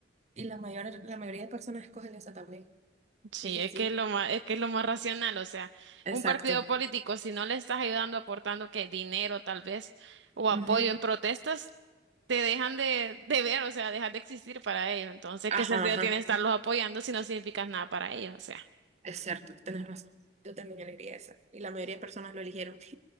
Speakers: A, on the right; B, on the right.
A: y la mayor, la mayoría de personas escogen esa también.
B: Sí,
A: De que
B: es
A: sí.
B: que es lo más, es que es lo más racional, o sea,
A: Exacto.
B: un partido político, si no le estás ayudando, aportando que dinero tal vez, o apoyo
A: Ujú.
B: en protestas, te dejan de, de ver, o sea, dejas de existir para ellos. Entonces,
A: Ajá,
B: ¿qué sentido
A: ajá.
B: tiene estarlos apoyando si no significas nada para ellos? O sea,
A: Es cierto, tenés razón. Yo también elegiría esa. Y la mayoría de personas lo eligieron. <laughs>